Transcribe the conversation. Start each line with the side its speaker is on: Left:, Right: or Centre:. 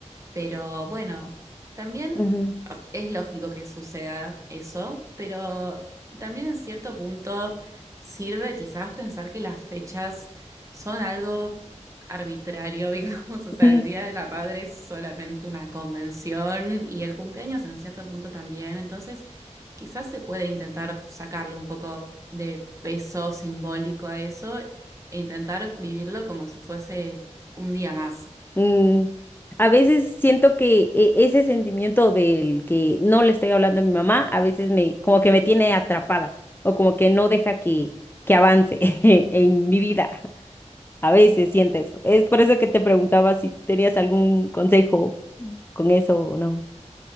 Right: Pero bueno, también
Left: ujú,
Right: a- es lógico que suceda eso, pero también en cierto punto sirve quizás pensar que las fechas son algo arbitrario, <laughs> digamos, o
Left: <laughs>
Right: sea,
Left: ujú,
Right: el Día de la Madre es solamente una convención y el cumpleaños en cierto punto también, entonces quizás se puede intentar sacarle un poco de peso simbólico a eso e intentar vivirlo como si fuese un día más.
Left: mm. A veces siento que eh, ese sentimiento del que no le estoy hablando a mi mamá, a veces me, como que me tiene atrapada o como que no deja que, que avance <laughs> en mi vida. A veces siento eso. Es por eso que te preguntaba si tenías algún consejo con eso o no.